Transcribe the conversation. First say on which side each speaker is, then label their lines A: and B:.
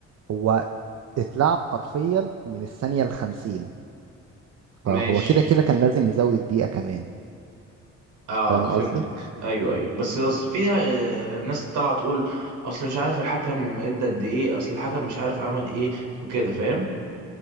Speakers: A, on the right (about 60°); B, on the right (about 75°).
A: هو اتلعب حرفيا من الثانية الخمسين
B: ماشي
A: فهو كده كده كان لازم يزود دقيقة كمان
B: اه
A: فاهم
B: فهمتك
A: قصدي؟
B: ايوه ايوه بس اصل في آه، ناس طالعه تقول اصل مش عارف الحكم ادى قد ايه اصل الحكم مش عارف عمل ايه وكده فاهم